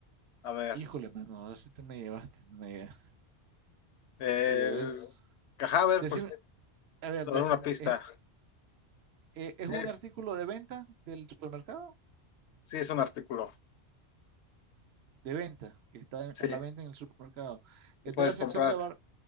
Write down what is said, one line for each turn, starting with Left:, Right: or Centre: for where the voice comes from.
Left: A ver,
Right: Híjole, mano, ahora sí te me llevaste. no me llega.
Left: el
Right: Eh, a ver,
Left: cajáver,
Right: decime,
Left: pues, a
Right: a ver, des-
Left: ver, una pista.
Right: eh, eh, ¿es
Left: Es,
Right: un artículo de venta del supermercado?
Left: sí, es un artículo.
Right: de venta, que está en-
Left: Sí,
Right: a la
Left: que
Right: venta en el supermercado. ¿Es
Left: puedes
Right: de la sección
Left: comprar.
Right: de, abar-